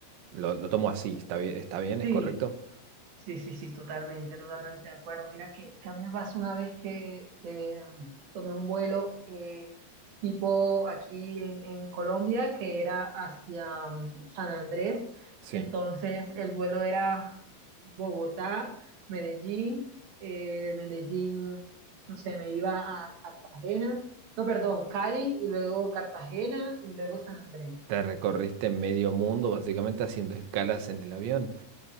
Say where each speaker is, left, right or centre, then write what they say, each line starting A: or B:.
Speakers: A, on the right; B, on the right.
A: Lo, lo tomo así, ¿está bien? ¿Está bien?
B: Sí,
A: ¿Es correcto?
B: Sí, sí, sí, totalmente, totalmente de acuerdo. Mira que, que a mí me pasó una vez que eh, tomé un vuelo eh, tipo aquí en, en Colombia, que era hacia mm, San Andrés.
A: Sí.
B: Entonces el vuelo era Bogotá, Medellín, eh, de Medellín, no sé, me iba a Cartagena, no, perdón, Cali y luego Cartagena y luego San Andrés.
A: Te recorriste medio mundo básicamente haciendo escalas en el avión.